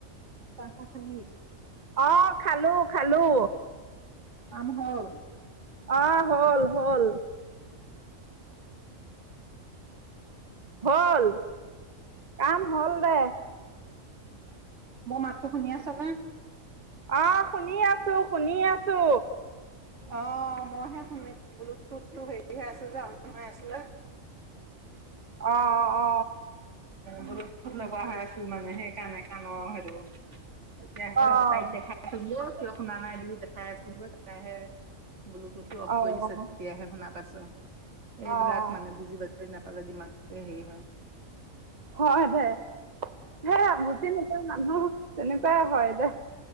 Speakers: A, on the right; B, on the right.
A: চাহ তা খালি
B: অ খালো খালো
A: কাম হল
B: অহ হ'ল হ'ল হল কাম হ'ল দে
A: মোৰ মাতটো শুনি আছ নে
B: অহ শুনি আছো শুনি আছো
A: অ মইহে শুনি ব্লুটুথটো হেৰি হৈ আছিল যে অন হৈ আছিলে
B: অ অ
A: বস্তু লগা হৈ আছিল মানে সেইকাৰণে কানৰ হেতু এতিয়া হে
B: অ',
A: তাইক দেখা পালো কিয় শুনা নাই বুলি দেখাই আচোনগৈ দেখাইহে ব্লুটুথটো অফ
B: অ',
A: কৰি দিছে তেতিয়াহে শুনা পাইছে য এইবিলাক
B: অ',
A: মানে বুজি পাই তয় নেপালে দিমাগ তই হেৰি হ
B: হয় দে সে আগতি নতৰ মানুহ তেনেহ পে হয় দে